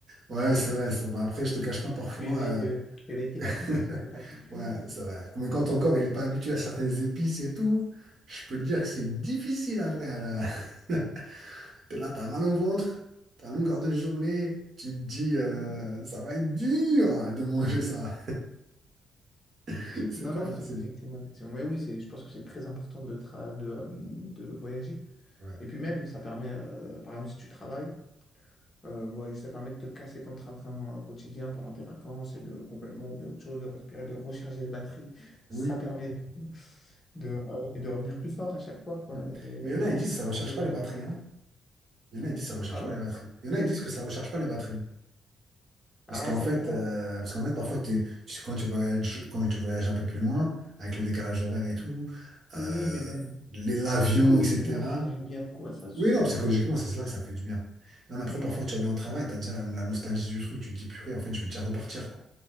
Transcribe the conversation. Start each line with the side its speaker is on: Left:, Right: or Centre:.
Right: Ouais,
Left: euh,
Right: c'est vrai. ça. Bah, après, je te cache pas parfois.
Left: tu éveilles,
Right: euh,
Left: euh, tu éveilles tes
Right: <laughs>
Left: papilles, tes papilles, tu...
Right: Ouais, c'est vrai. Mais quand ton corps il n'est pas habitué à certaines épices et tout, je peux te dire que c'est difficile après. Là. <laughs> T'es là, t'as mal au ventre, t'as longueur de journée. Tu te dis, euh,
Left: euh,
Right: ça va être dur de manger ça. <laughs> C'est
Left: Non,
Right: pas
Left: non, effe-
Right: facile.
Left: effectivement, effectivement. Mais oui, c'est, je pense que c'est très important de, tra- de, euh, de voyager.
Right: Ouais.
Left: Et puis même, ça permet, euh, par exemple, si tu travailles, Euh, ouais, ça permet de te casser ton train-train euh, quotidien pendant tes vacances et de complètement oublier autre chose, de respirer, de recharger les batteries. Ça
Right: Oui.
Left: permet de, de, euh, de revenir plus fort à chaque fois, quoi.
Right: Mm.
Left: Et, euh,
Right: Mais il y en a, ils disent que ça
Left: et
Right: ne
Left: plus,
Right: recharge pas les batteries. hein. Il y en a, ils disent que ça ne recharge
Left: Pardon?
Right: pas les batteries. Il y en a, ils disent que ça ne recharge pas les batteries. Parce
Left: Ah,
Right: qu'en
Left: ça
Right: fait,
Left: dépend.
Right: euh, parce qu'en fait parfois, t'es- tu- quand tu voyages, quand tu voyages un peu plus loin, avec le décalage horaire et tout, euh,
Left: Oui, mais même
Right: les- l'avion,
Left: psychologiquement,
Right: etc.,
Left: ça fait du bien, quoi. Ça, ça,
Right: Oui, non,
Left: ça-
Right: psychologiquement, c'est ça que ça fait du bien. Même après,
Left: Hmm.
Right: parfois, tu reviens au travail, tu as déjà la, la nostalgie du truc, tu te dis, purée, en fait, je veux déjà repartir, quoi.